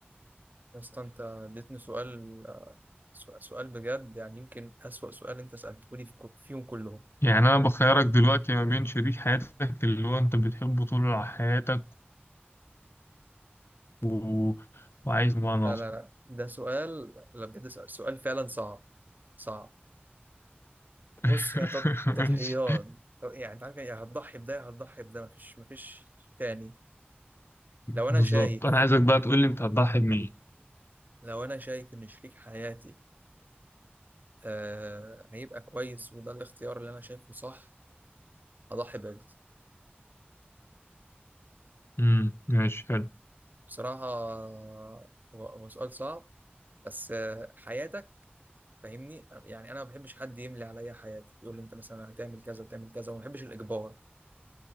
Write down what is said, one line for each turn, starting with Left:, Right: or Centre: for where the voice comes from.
Right: بس انت اديتني سؤال آه، سؤال سؤال بجد يعني يمكن أسوأ سؤال انت سألته لي في كو- فيهم كلهم
Left: يعني أنا بخيرك دلوقتي ما بين شريك حياتك اللي هو أنت بتحبه طول حياتك و... وعايز بمعنى
Right: لا
Left: أصح
Right: لا لا ده سؤال لا بجد سؤال, سؤال فعلا صعب صعب بص
Left: <laughs>
Right: هي تض- تضحيات
Left: ماشي.
Right: طب يعني انت عارف يعني هتضحي بده يا هتضحي بده مفيش مفيش تاني لو انا
Left: بالظبط
Right: شايف
Left: أنا عايزك بقى تقول لي أنت هتضحي بمين
Right: لو انا شايف ان شريك حياتي آه هيبقى كويس وده الاختيار اللي انا شايفه صح هضحي بده
Left: امم ماشي حلو
Right: بصراحة آه، هو هو سؤال صعب بس آه حياتك فاهمني يعني انا ما بحبش حد يملي عليا حياتي يقول لي انت مثلا هتعمل كذا وتعمل كذا وما بحبش الاجبار